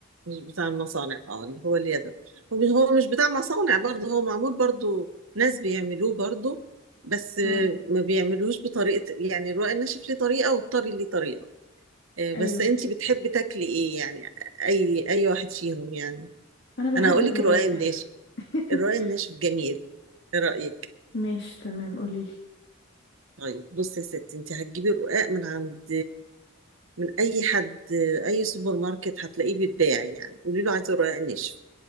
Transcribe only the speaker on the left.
اه
ايوه
انا
بحب
الرقاق
<laughs>
ماشي تمام قوليلي